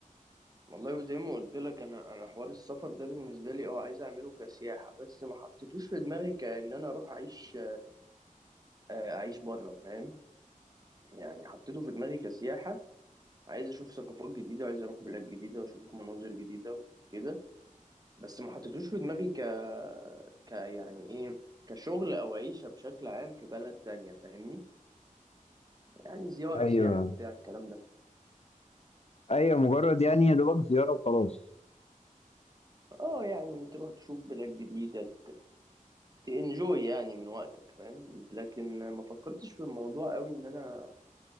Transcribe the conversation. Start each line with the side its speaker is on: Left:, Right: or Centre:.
Right: والله زي ما قلت لك انا انا حوار السفر ده بالنسبه لي اه عايز اعمله كسياحه بس ما حطيتوش في دماغي كأن انا اروح اعيش آه، اعيش بره فاهم يعني حطيته في دماغي كسياحه عايز اشوف ثقافات جديده وعايز اروح بلاد جديده واشوف مناظر جديده وكده بس ما حطيتوش في دماغي ك ك يعني ايه كشغل او عيشه بشكل عام في بلد تانية فاهمني يعني زياره
Left: ايوه
Right: سياحه بتاع الكلام ده
Left: ايوه مجرد يعني يا دوبك زياره وخلاص
Right: اه يعني تروح تشوف بلاد جديده تنجوي يعني من وقتك فاهم لكن ما فكرتش في الموضوع قوي ان انا